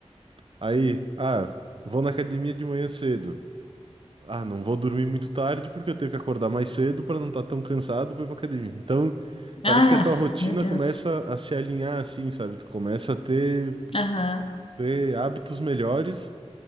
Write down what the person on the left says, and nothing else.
Ah,
meu Deus.
Aham,